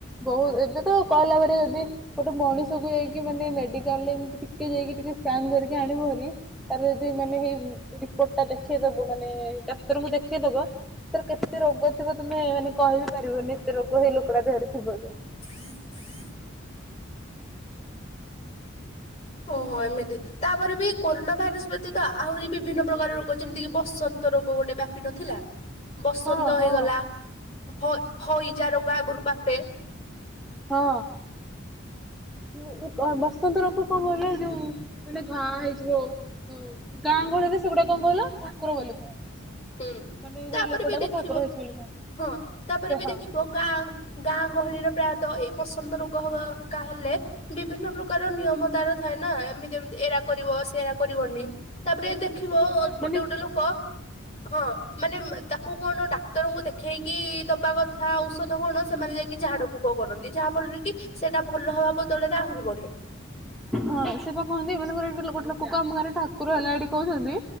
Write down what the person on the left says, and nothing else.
<inaudible> ଓହୋ ଏମିତି। ତାପରେ ବି କୋରୋନା ଭାଇରସ ବ୍ୟତୀତ ଆହୁରି ବିଭିନ୍ନ ପ୍ରକାର ରୋଗ ଯେମିତିକି ବସନ୍ତ ରୋଗ ଗୋଟେ ବ୍ୟାପି ନଥିଲା? ବସନ୍ତ
ହେଇଗଲା ହ ହଇଜା ରୋଗ ଆଗରୁ ବାପେ।
ହୁଁ
ତାପରେ
ବି ଦେଖିବ
ହଁ ତାପରେ ବି
ଦେଖିବ ଗାଁ ଗାଁ ଗହଳିରେ ପ୍ରାୟତଃ ଏଇ ବସନ୍ତ ରୋଗ ହବା ହେକା ହେଲେ ବିଭିନ୍ନ ପ୍ର କାର ନିୟମ ତାର ଥାଏ ନା ଏମିତି ଏମତି ଏରା କରିବ ସେରା କରିବନି। ତାପରେ ଦେଖିବ ଅ ଗୋଟେ
ଗୋଟେ ଲୋକ ହଁ ମାନେ ମା ତାକୁ କଣ ଡାକ୍ତ ର ଙ୍କୁ ଦେଖେଇକି ଦବା କଥା ଔଷଧ କଣ ସେମାନେ ଯାଇକି ଝାଡ଼ ଫୁକ କରନ୍ତି ଯାହା ଫଳରେ କି ସେଟା ଭଲ ହବା ବଦଳରେ ଆହୁରି ବଢ଼େ।